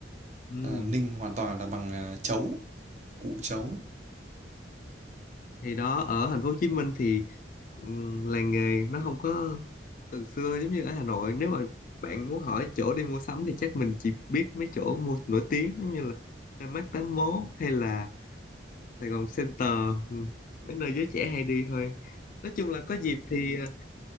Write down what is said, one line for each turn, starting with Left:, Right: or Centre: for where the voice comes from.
Left: ừ.
Right: là ninh hoàn toàn là bằng à, chấu ủ chấu
Left: thì đó ở thành phố Hồ Chí Minh thì ừm, làng nghề nó không có từ xưa giống như ở Hà Nội nếu mà bạn muốn hỏi chỗ đi mua sắm thì chắc mình chỉ biết mấy chỗ mua nổi tiếng giống như là Landmark tám mốt hay là Sài Gòn Center ừm, mấy nơi giới trẻ hay đi thôi nói chung là có dịp thì ờ,